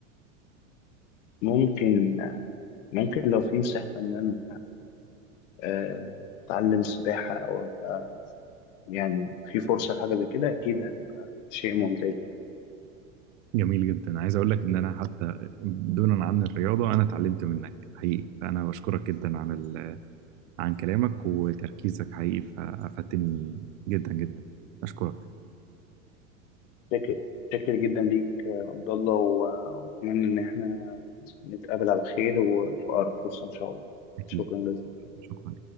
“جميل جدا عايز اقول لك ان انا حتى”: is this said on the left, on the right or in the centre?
Right